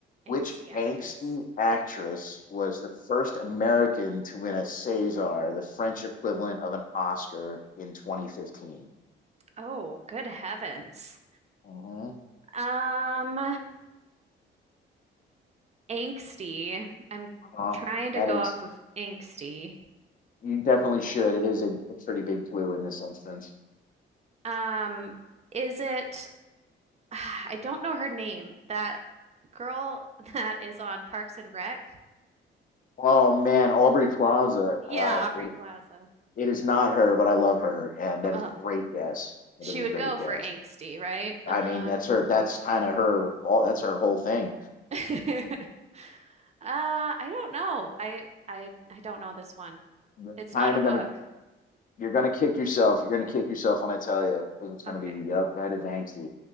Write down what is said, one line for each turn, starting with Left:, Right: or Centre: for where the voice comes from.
Left: Which
Right: Angsty actress.
Left: angsty actress was the first American to win a César, the French equivalent of an Oscar, in 2015?
Right: Oh, good heavens.
Left: hmm
Right: Um, angsty. I'm
Left: Uh-huh.
Right: trying
Left: That
Right: to go
Left: is,
Right: off of angsty.
Left: you definitely should. It is a, a pretty big clue in this instance.
Right: Um, is it, <sighs> I don't know her name, that girl <laughs> that is on Parks and Rec?
Left: Oh man, Aubrey Plaza.
Right: Yeah,
Left: Uh,
Right: Aubrey
Left: it,
Right: Plaza.
Left: it is not her, but I love her, and
Right: Well,
Left: that is a great guess. That
Right: she
Left: is a
Right: would
Left: great
Right: go
Left: guess.
Right: for angsty, right?
Left: I
Right: Um,
Left: mean, that's her. That's kind of her. fault. That's her whole thing.
Right: <laughs> uh, I don't know. I I I don't know this one.
Left: You're
Right: It's
Left: kind
Right: not a
Left: of
Right: book.
Left: gonna. You're gonna kick yourself. You're gonna kick yourself when I tell you, because it's gonna
Right: Okay.
Left: be. Yup, that is angsty.